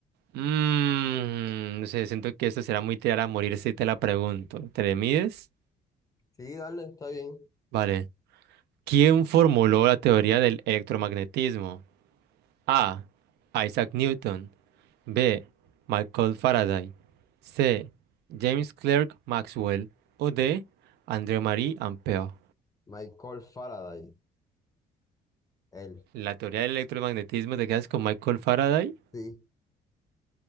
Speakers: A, on the right; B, on the left.
A: Mm, no sé, siento que esto será muy tirar a morir si te la pregunto. ¿Te le mides?
B: Sí, dale, está bien.
A: Vale. ¿Quién formuló la teoría del electromagnetismo? A. Isaac Newton. B. Michael Faraday. C. James Clerk Maxwell. O D. André-Marie Ampère.
B: Michael Faraday, él,
A: La teoría del electromagnetismo te quedas con Michael Faraday.
B: sí.